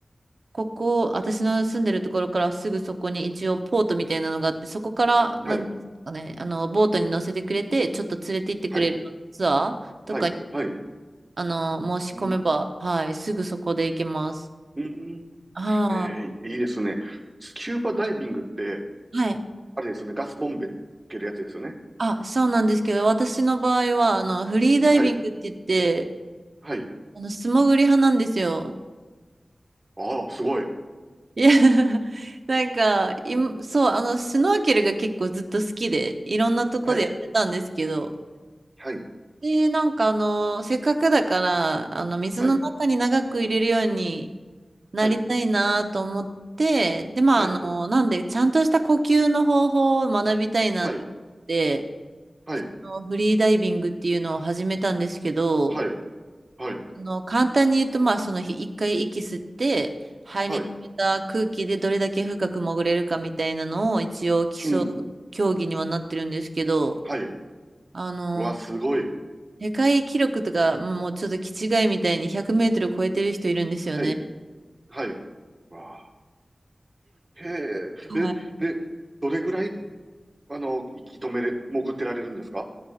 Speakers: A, on the right; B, on the right.
A: ここ、私の住んでるところからすぐそこに一応ポートみたいなのがあって、そこから、なんですかね、
B: はい、
A: あの、ボートに乗せてくれて、ちょっと連れて行ってくれるようなツアーとか、
B: はい、はい、はい。
A: あの、申し込めば、
B: うん、
A: はい、すぐそこで行けます。
B: うん。
A: は
B: えー、いいですね。スキューバダイビングって、
A: い。はい。
B: あれですよね、ガスボンベつけるやつですよね。
A: あ、そうなんですけど、私の場合は、あの、フリーダイビングって言って、
B: はい、はい。
A: あの、素潜り派なんですよ。
B: ああ、すごい。
A: いや、<laughs> なんか、い、そう、あの、スノーケルが結構ずっと好きで、いろんなとこでやってたんですけど、
B: はい、はい、
A: で、なんかあの、せっかくだから、あの、水の中に長く入れるように
B: はい、
A: なりたいなと思って、
B: はい、
A: で、まあ、
B: はい、
A: あの、なんで、ちゃんとした呼吸の方法を学びたいなって思って、
B: はい、はい、
A: あのフリーダイビングっていうのを始めたんですけど、
B: はい、はい、
A: あの、簡単に言うと、まあ、その日一回息吸って、肺に溜めた空気でどれだけ深く潜れるかみたいなのを一応基礎、
B: はい、うん、
A: 競技にはなってるんですけど、
B: はい。
A: あの、
B: うわ、すごい。
A: 世界記録とか、もうちょっと気違いみたいに100メートル超えてる人いるんですよね。
B: はい、はい。わあ、へえ。
A: はい。
B: え、で、どれぐらい、あの、息止めれ、潜ってられるんですか